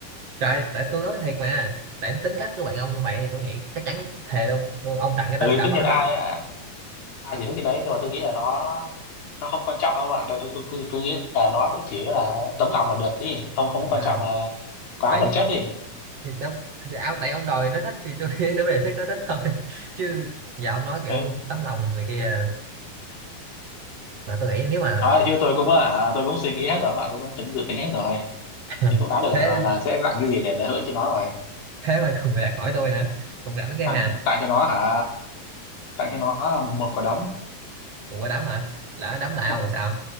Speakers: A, on the right; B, on the left.
A: trời tại tôi nói thiệt mà tại tính cách của bạn ông như vậy thì tôi nghĩ chắc chắn thề luôn Ừ, ông tặng cái
B: ừ
A: đó là đảm
B: tất
A: bảo
B: nhiên
A: nó
B: là
A: thích
B: ai ai giải thích cái đấy nhưng mà tôi nghĩ là nó nó không quan trọng đâu ạ tôi tôi, tôi, tôi, tôi nghĩ là nó cũng chỉ là tấm lòng là được đi không không có quan
A: à,
B: trọng mà quá
A: tại
B: vật chất đi
A: thì đâu thì áo tại ông đòi nó thích thì tôi <laughs> tôi về thích nó thích thôi <laughs> chứ giờ ông nói kiểu
B: Ừ.
A: tấm lòng này kia mà tôi nghĩ nếu mà
B: nói chứ tôi cũng hả tôi cũng suy nghĩ hết rồi mà tôi cũng tính dự tính hết rồi
A: <laughs>
B: thì cũng đã được
A: thế
B: là, là sẽ tặng cái gì để để hỗ cho nó rồi
A: thế mà còn người đạt hỏi tôi nữa cũng rảnh cái
B: tặng
A: hà
B: tặng cho nó hả tặng cho nó một, một quả đấm
A: cũng qua đấm hả lỡ đấm lại ông
B: <laughs>
A: là sao